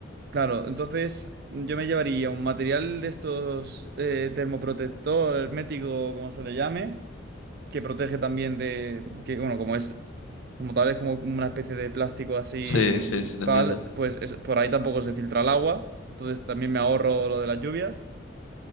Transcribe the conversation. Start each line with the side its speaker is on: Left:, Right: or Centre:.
Right: Claro, entonces mm, yo me llevaría un material de estos eh, termoprotector, hermético, como se le llame, que protege también de, que bueno, como es, como tal, es como una especie de plástico así
Left: Sí,
Right: mm,
Left: sí, sí, lo
Right: tal,
Left: entiendo.
Right: pues es- por ahí tampoco se filtra el agua, entonces también me ahorro lo de las lluvias.